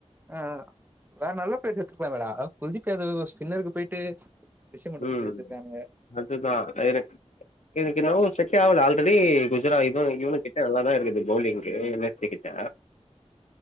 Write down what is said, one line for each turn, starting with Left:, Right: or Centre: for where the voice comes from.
Right: ஆ வேற நல்லா பேர் எத்துக்கலாமே டா குல்திப் யாவத ஸ்பின்னருக்கு போயிட்டு ரிஷப் மண்ட குடுத்து
Left: ம்
Right: எடுத்துருக்கானுங்க
Left: அதுதா எனக்கு எனக்கு என்னவோ செட்டே ஆவல ஆல்ரெடி ம் இல்லடா இவே இவனு கிட்ட நல்லாதா இருக்குது பௌவுலிங்கு எல் எஸ் ஜீ கிட்ட